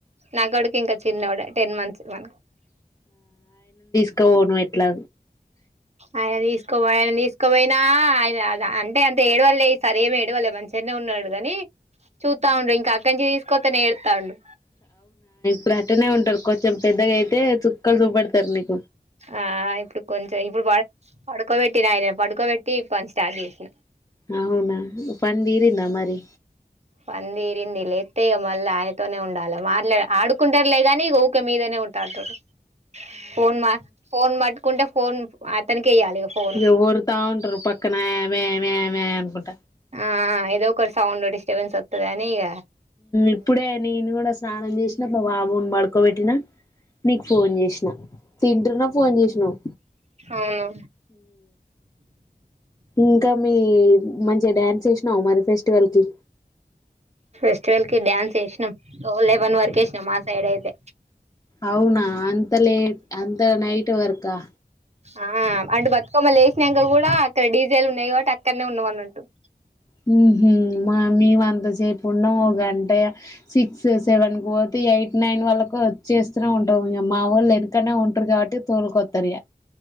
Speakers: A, on the right; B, on the left.
A: నాకొడుకింకా చిన్నోడే టెన్ మంత్స్ వాన్
B: ఇక పోను ఎట్లా
A: ఆయన తీసుకపో ఆయన తీసకపోయినా ఆయన అంటే అంత ఏడవలే ఈ సారేమి ఏడవలే మంచిగానే ఉన్నాడు గనీ చూత్తా ఉండు ఇంక అక్కడి నుంచి తీసుకొత్తేనే ఏడుత్తాండు
B: ఇపుడు అట్టనే ఉంటారు కొంచెం పెద్ద అయితే చుక్కలు చూపడతారు నీకు
A: ఆ ఇప్పుడు కొంచెం ఇప్పుడు వా పడుకోబెట్టి నాయన పడుకోబట్టి పని స్టార్ట్ చేసా
B: అవునా పందిరిందా మరి
A: పందీరింద లే ఎత్తయ మల్ళ ఆ ఉండాల మా ఆడుకుంటలే కానీ ఊక మీదనే ఉంటారు ఫోన్ మా ఫోన్ మట్కుంటే ఫోన్ అతనికి ఎయ్యాలి ఇగ ఫోన్
B: ఈగ వర్రత ఉంత్రు పక్కన వే వే వే అనుకుంట
A: ఆ ఏదో ఒకర్ సౌండ్ డిస్టబెస్ వస్తుద అనినీ ఈగ
B: ఇప్పుడే నేను కూడా స్నానం చేసినా మా బాబుని పడుకోబెట్టినా నీకు ఫోన్ చేసిన తింటున్నా ఫోన్ చేసినావు
A: అవును
B: ఇంకా మీ మంచిగా డ్యాన్స్ చేేసినావు మరి ఫెస్టివల్ కి
A: ఫస్ట్వల్ కి డన్ వేసినాం లెవెన్ వరకు వేసినాం మా సైడ్ అయితే
B: అవునా అంత లేట్ అంత నైట్ వర్కా
A: ఆ అంట బతుకమ్మలు లేసినాయాంకలు కూడా అక్కడ డీజేల్ ఉన్నాయి కాబట్టి అక్కడనే ఉన్నాం అన్నట్టు హ్ం
B: హు హ్ం మా మేమ అంతసేపు ఉన్నా ఓ గంట సిక్స్ సెవెన్ కు పోతే ఎయిట్ నైన్ వళ్ళకు వచ్చేస్తనే ఉంటాము ఇంక మా వాళ్ళు వెనకనే ఉంటారు కాబట్టి తోలుకొస్తారు ఇక